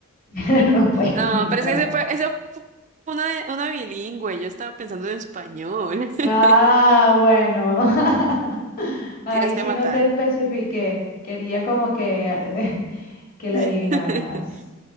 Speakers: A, on the left; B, on the right.
A: <laughs> pero no puedes
B: No,
A: entrar.
B: pero es que ese fue, eso fue una, una bilingüe, yo estaba pensando en español. <laughs>
A: Ah, bueno. <laughs> Ahí
B: Tiraste
A: sí
B: a matar.
A: no te especifiqué. Quería como que, <laughs> que la
B: <laughs>
A: adivinaras.